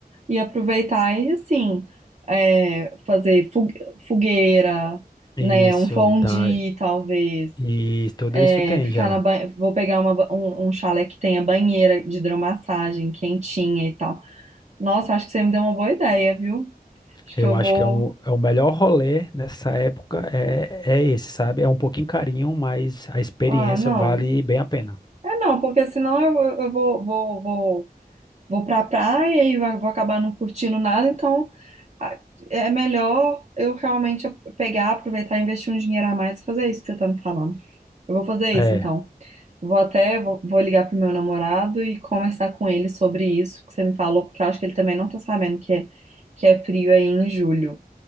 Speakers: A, on the right; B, on the left.
A: e aproveitar e, assim, é, fazer fu- fogueira,
B: isso
A: né? Um fondue,
B: dá
A: talvez.
B: e tudo
A: É,
B: isso tem
A: ficar
B: já.
A: na ba... Vou pegar uma, ba- um, um chalé que tenha banheira de hidromassagem quentinha e tal. Nossa, acho que você me deu uma boa ideia, viu? Acho
B: Eu
A: que eu
B: acho
A: vou.
B: que é, um, é o melhor rolê nessa época é, é esse, sabe? É um pouquinho carinho, mas a experiência
A: Ah, não.
B: vale bem a pena.
A: É não, porque senão eu, eu vou, vou, vou, vou pra praia e vou vou acabar não curtindo nada, então a- é melhor eu realmente pegar, aproveitar e investir um dinheiro a mais e fazer isso que você tá me falando. Eu vou fazer isso,
B: É,
A: então. Vou até, vou, vou ligar pro meu namorado e conversar com ele sobre isso que você me falou, porque eu acho que ele também não tá sabendo que é, que é frio aí em julho.